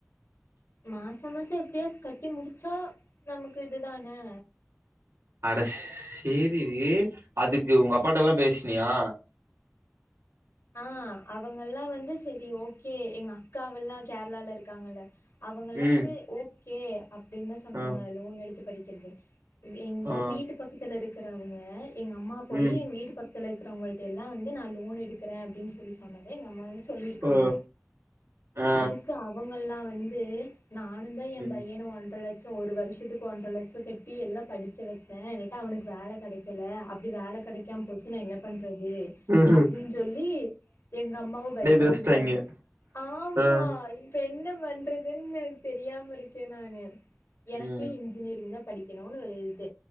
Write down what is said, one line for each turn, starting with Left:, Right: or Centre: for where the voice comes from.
Left: மாச மாச எப்படியாச் கட்டி முடிச்சா நமக்கு இதுதானே
Right: அட சேரி அதுக்கு உங்கப்பாட் டெல்லா பேசினியா
Left: ஆஹ் அவுங்கல்லா வந்து சரி ஓகே எங்க அக்காவெல்லா கேரளால இருக்காங்கல்ல அவங்கல்லா
Right: ம்
Left: வந்து ஓகே அப்டின்னு தா சொன்னாங்க
Right: ஆ
Left: லோன் எடுத்து படிக்கிறது எங்க
Right: ஆ
Left: வீட்டு பக்கத்துல இருக்கறவங்க எங்க அம்மா போய்
Right: ம்
Left: எங்க வீட்டு பக்கத் பக்தல இருக்கிறவங்ககெட்ட எல்லா வந்து நா லோன் எடுக்கிறே அப்டின் சொல்லி சொல் சொன்னதே எங்கம்மாவே சொல்லிருக்காங்க
Right: ஆ ஆ
Left: அதுக்கு அவங்கல்லா வந்து நானு தா எ
Right: ம்
Left: பையன ஒன்றரை லட்ச ஒரு வருஷத்துக்கு ஒன்றரை லட்ச கட்டி எல்லா படிக்க வச்சே என்டா அவனுக்கு வேல கெடக்கல அப்டி வேல கெடக்காம போச்சு நா என்ன பண்றது
Right: இரு
Left: அப்டின்னு சொல்லி எங்க அம்மாவ பயப்படுத்திட்டாங்க
Right: தேச்சுட்டாய்ங்க
Left: ஆமா
Right: ஆ
Left: இப் என்ன பண்றதுன் எனக்கு தெரியாம இருக்கே நானு எனக்கு
Right: ம்
Left: இன்ஜினியரிங் தா படிக் கோனனு ஒரு இது